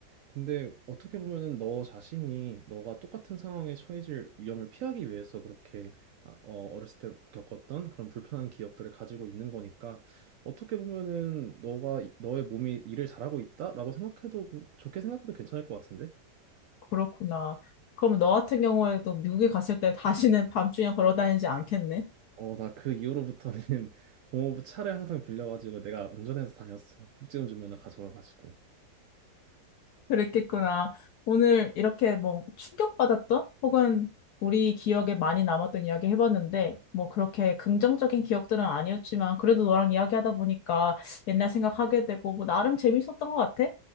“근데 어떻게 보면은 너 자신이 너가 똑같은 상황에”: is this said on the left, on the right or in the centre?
Right